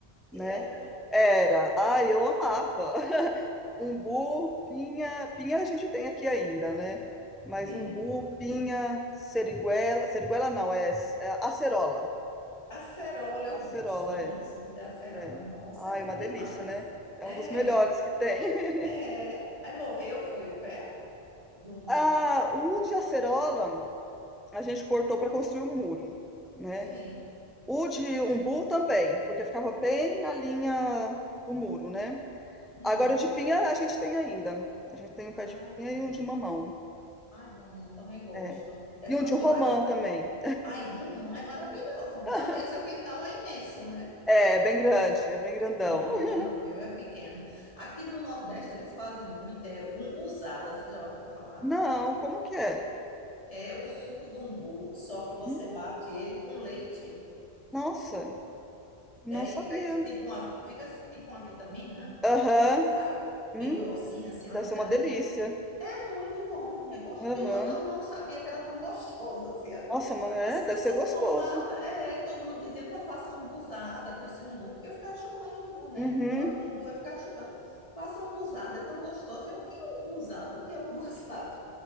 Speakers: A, in the centre; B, on the left.
A: né?
B: E é
A: Era. Ai, eu amava. <laughs> Umbu, pinha. Pinha a gente tem aqui ainda, né? Mas
B: assim.
A: umbu, pinha, seriguela. Seriguela não, é, é acerola.
B: Acerola, eu
A: Acerola,
B: gosto demais
A: é,
B: de suco de acerola.
A: é.
B: Nossa,
A: Ai,
B: é bom
A: uma
B: demais.
A: delícia, né? É
B: É,
A: um dos melhores que tem. <laughs>
B: é. é. Aí morreu, foi o pé de umbu?
A: Ah, o de acerola. a gente cortou para construir um muro, né?
B: Sim.
A: O de umbu também, porque ficava bem na linha do muro, né?
B: Hum.
A: Agora o de pinha a gente tem ainda. A gente tem um
B: Ai,
A: pé de pinha
B: que-
A: e um de mamão.
B: ai, mamão, também gosto.
A: É.
B: É
A: E
B: tão
A: um de romã
B: bom. Aqui-
A: também.
B: Ai, romã é maravilhoso. amor.
A: <laughs>
B: Também seu quintal é imenso, né?
A: É, bem grande, é bem grandão.
B: Ah,
A: <laughs>
B: aqui não, meu é pequeno. Aqui no Nordeste eles fazem muito, é umbuzada, você já ouviu falar?
A: Não, como que é?
B: É o suco do umbu, só que você
A: Hum,
B: bate ele com leite,
A: nossa, não
B: é, e
A: sabia.
B: fica que- tipo uma, fica tipo uma vitamina,
A: Aham,
B: sabe? Bem
A: hum,
B: grossinha, assim, uma
A: deve
B: vitamina.
A: ser uma delícia.
B: É muito bom, menina. é gos-
A: Aham.
B: Eu não, eu não sabia que era tão gostosa assim.
A: Nossa, mas é,
B: As pessoas
A: deve ser gostoso.
B: tomavam, é, todo mundo dizia, minha faça umbuzada com esse umbu, porque eu ficava chupando umbu, né?
A: Uhum.
B: Eu gosto do umbu, eu ficava chupando. Faça umbuzada, é tão gostoso. Eu, o que é umbuzada? O que é umbuzada?